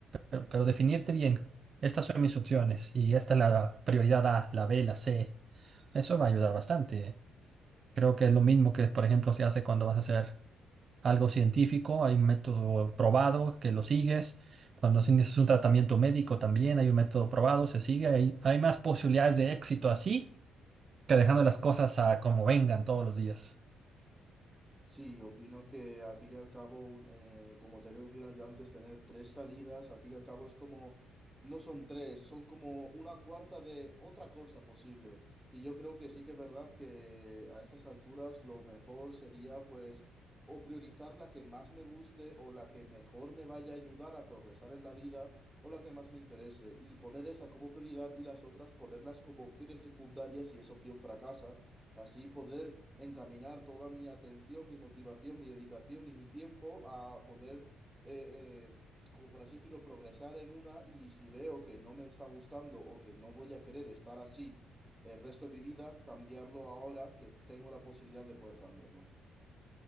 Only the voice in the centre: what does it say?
Sí, opino que al fin y al cabo, un- eh, como te he mencionado yo antes, tener tres salidas, al fin y al cabo es como, no son tres, son como una cuarta de otra cosa posible. Y yo creo que sí que es verdad que a estas alturas lo mejor sería pues o priorizar la que más me guste o la que mejor me vaya a ayudar a progresar en la vida o la que más me interese y poner esa como prioridad y las otras ponerlas como opciones secundarias si esa opción fracasa. Así poder encaminar toda mi atención, mi motivación, mi dedicación y mi tiempo a poder, eh, eh, como por así decirlo, progresar en una y si veo que no me está gustando o que no voy a querer estar así el resto de mi vida, cambiarlo ahora que tengo la posibilidad de poder cambiarlo.